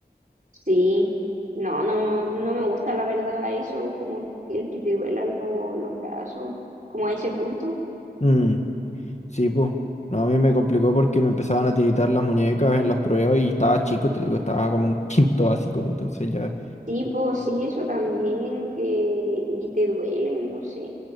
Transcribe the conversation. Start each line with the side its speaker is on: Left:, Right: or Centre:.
Right: Sí. No, no, no me gusta la verdad eso, como el que te duela lo- los brazos, como a ese punto.
Left: Mm. Sí, pues. No, a mí me complicó porque me empezaban a tiritar las muñecas en las pruebas y estaba chico, te digo, estaba como un <laughs> quinto básico, pues, entonces ya.
Right: Sí, pues sí, eso también, que y te duelen, no sé.